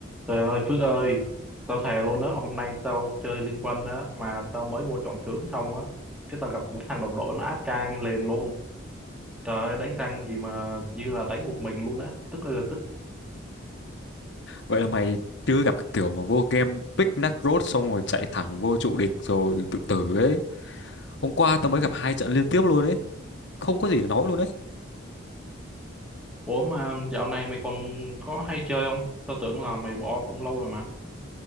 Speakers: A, in the centre; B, on the left (about 60°).
A: Trời ơi Phước ơi, tao thề luôn á, hôm nay tao chơi Liên Quân á, mà tao mới vô chọn tướng xong á, cái tao gặp một cái thằng đồng đội nó áp trang liền luôn. Trời ơi, đánh răng gì mà như là đánh một mình luôn á, tức ơi là tức.
B: Vậy là mày chưa gặp cái kiểu mà vô game pick nut road xong rồi chạy thẳng vô trụ địch rồi tự tử ấy. Hôm qua tao mới gặp hai trận liên tiếp luôn ấy. Không có gì để nói luôn ấy.
A: Ủa mà dạo này mày còn có hay chơi không? Tao tưởng là mày bỏ cũng lâu rồi mà.